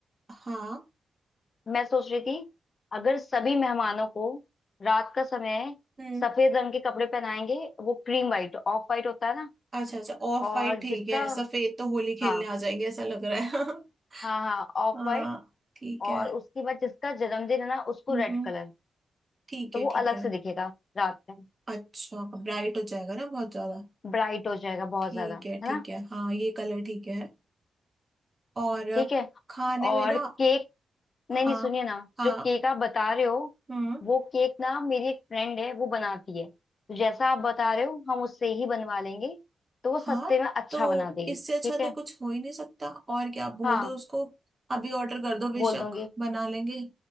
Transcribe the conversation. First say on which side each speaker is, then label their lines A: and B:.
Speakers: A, on the right (about 25°); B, on the left (about 45°).
A: हाँ
B: मैं सोच रही थी अगर सभी मेहमानों को रात का समय
A: हम्म
B: सफेद रंग के कपड़े पहनाएंगे वो क्रीम वाइट ऑफ वाइट होता है ना
A: अच्छा अच्छा ऑफ
B: और
A: वाइट ठीक
B: जिसका
A: है सफेद तो होली खेलने
B: हाँ
A: आ जाएंगे ऐसा लग रहा है <laughs>
B: हाँ हाँ ऑफ
A: हाँ
B: वाइट
A: ठीक है
B: और उसके बाद जिसका जन्मदिन है ना उसको
A: हम्म
B: रेड
A: हम्म,
B: कलर
A: ठीक
B: तो
A: है
B: वो
A: ठीक
B: अलग
A: है
B: से दिखेगा रात में
A: अच्छा ब्राइट हो जाएगा ना बहुत ज्यादा
B: ब्राइट हो जाएगा बहुत
A: ठीक
B: ज्यादा
A: है
B: है
A: ठीक
B: ना
A: है हाँ ये कलर ठीक है और अ,
B: ठीक है
A: खाने
B: और
A: में ना
B: केक नहीं
A: हाँ
B: नहीं सुनिए ना
A: हाँ
B: जो केक आप बता रहे हो
A: हम्म
B: वो केक ना मेरी एक फ्रेंड है वो बनाती है तो जैसा आप बता रहे हो हम उससे ही बनवा लेंगे तो वो
A: हाँ
B: सस्ते में अच्छा
A: तो
B: बना देगी
A: इससे अच्छा
B: ठीक है
A: तो कुछ हो ही नहीं सकता और क्या आप बोल
B: हाँ
A: दो उसको अभी ऑर्डर कर दो बेशक
B: बोल दूंगी
A: बना लेंगे